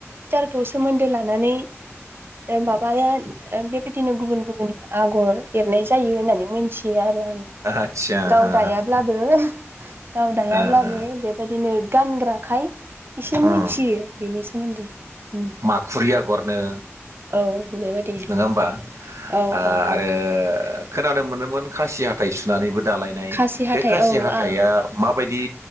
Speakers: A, on the right; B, on the right.
A: खौ सोमोन्दो लानानै माबाया बेबायदिनो गुबुन गुबुन आगर एरनाय जायो होननानै मिथियो आरो आं
B: आदसा
A: गाव
B: हो
A: दायाब्लाबो गाव दायाब्लाबो
B: हो ओ
A: बेबायदिनो गानग्राखाय एसे
B: उम
A: मोनथियो बेनि सोमोन्दै उम।
B: माखुरि अगरनो
A: औ बेबायदि
B: नङा होमबा
A: औ
B: ओ
A: औ
B: आरो
A: औ
B: खोनानो मोनोमोन खासि हाथाइ सुनानैबो दालायनाय
A: खासि
B: बे
A: हाथाइ
B: खासि
A: औ
B: हाथाया
A: आ
B: माब माबायदि